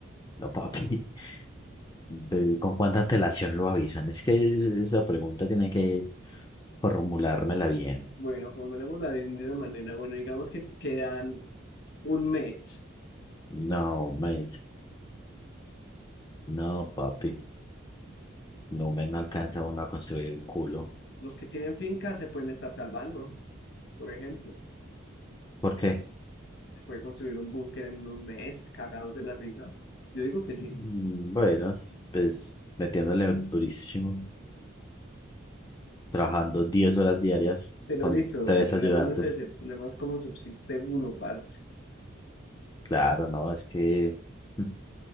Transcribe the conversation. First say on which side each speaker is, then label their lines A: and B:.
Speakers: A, on the left; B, on the left.
A: No, papi. <laughs> Pero, ¿Con cuánta antelación lo avisan? Es que esa pregunta tiene que formulármela bien.
B: Bueno, formulémosla de una manera. Bueno, digamos que quedan un mes.
A: No, mes. No, papi. No me no alcanza uno a construir el culo.
B: Los que tienen fincas se pueden estar salvando, por ejemplo.
A: ¿Por qué?
B: Se puede construir un búnker en un mes, cagados de la risa. Yo digo que sí.
A: Mm, Bueno, es- pues metiéndole durísimo, trabajando 10 horas diarias
B: Pero
A: con
B: listo,
A: tres
B: el problema
A: ayudantes.
B: no es ese, el problema es cómo subsiste uno, parce.
A: Claro, no, es que mm,